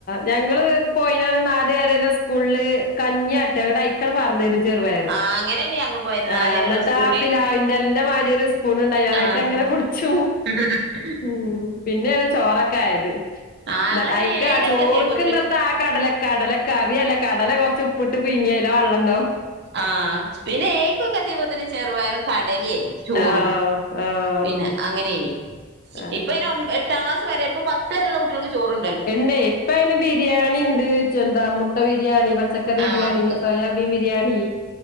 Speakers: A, on the left; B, on the right.
A: ഞങ്ങൾ പോയിന നാലു വരല്ലോ സ്കൂള് കഞ്ഞി ആട്ടെ ട്ടായിക്കണ്ട് പറന്നേരും ചെറുപയർ.
B: ആഹ് അങ്ങനെന്നെ ഞങ്ങൾ പോയത്.
A: ആ
B: നാലേരെള്ള
A: ന്നിട്ടാ
B: സ്കൂളില്
A: ആ പിലാവിന്റെ എലന്റെ മാതിരി ഒരു സ്പൂൺ ഉണ്ടായിന് അതായിട്ട്
B: ആഹ്
A: അങ്ങനെ കുട്ച്ചും.
B: <unintelligible>
A: ഉ പിന്നെയാണ് ചോറൊക്കെ ആയത്.
B: ആഹ് ഞങ്ങള്
A: അയിക്ക
B: പിന്നെ ഏഴിലൊക്കെ
A: ആ ചോറക്ക്
B: എത്തിയപ്പോത്തിന്
A: എന്ത്ത കടല കടല കറിയല്ല കടല കൊറച്ച് ഉപ്പിട്ട് പുഴിങ്ങിയന്റെ വള്ളം ണ്ടാവും.
B: ആ പിന്നെ ഏഴികൊക്കെ എത്തിയപ്പോത്തിന് ചെറുപയറും കടല ആയി. ചോറും
A: ആഹ് ആഹ്
B: പിന്നെ അങ്ങനെ നി.
A: അതെന്നെ
B: ഇപ്പയിൻ <unintelligible> എട്ടാം ക്ലാസ് വരെ ഇപ്പ പ <unintelligible> കുട്ടികൾക്ക് ചോറ്.
A: എന്നെ ഇപ്പം അയിന് ബിരിയാണിണ്ട്. എന്താ മുട്ട ബിരിയാണി പച്ചക്കറി
B: ആഹ്
A: ബിരിയാണി സോയാ മീൻ ബിരിയാണി